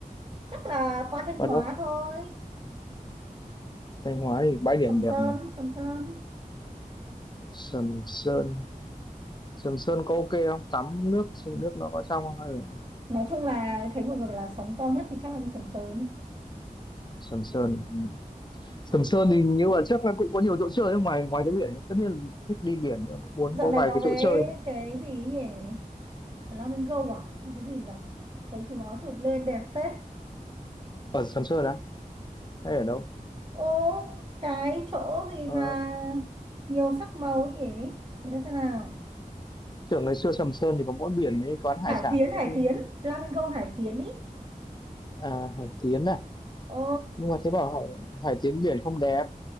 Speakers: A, on the right (about 35°); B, on the left (about 30°).
A: chắc là qua Thanh
B: và
A: Hóa
B: đâu
A: thôi
B: Thanh Hóa thì bãi
A: Sầm
B: điểm
A: Sơn
B: đẹp nhỉ
A: Sầm Sơn
B: Sầm Sơn Sầm Sơn có ok không tắm nước nước nó có trong không hay là
A: nói chung là thấy mọi người bảo là sóng to nhất thì chắc là đi Sầm Sơn
B: Sầm Sơn ừ. Sầm Sơn thì như là chắc là cũng có nhiều chỗ chơi ở ngoài ngoài cái biển tất nhiên là thích đi biển nhưng mà cũng muốn
A: dạo
B: có
A: này
B: vài
A: có
B: cái
A: cái
B: chỗ chơi nữa.
A: cái gì ấy nhỉ Flamingo à hay cái gì nhỉ thấy chúng nó chụp lên đẹp phết
B: ở Sầm Sơn á hay ở đâu
A: ô cái chỗ gì
B: Ờ,
A: mà nhiều sắc màu ấy nhỉ để tôi xem nào
B: tưởng ngày xưa Sầm Sơn thì có mỗi biển mấy quán
A: Hải
B: hải sản
A: Tiến
B: nữa
A: Hải
B: chứ
A: Tiến Flamingo Hải Tiến ý
B: à, Hải Tiến à
A: ờ,
B: nhưng mà thấy bảo Hải, Hải Tiến biển không đẹp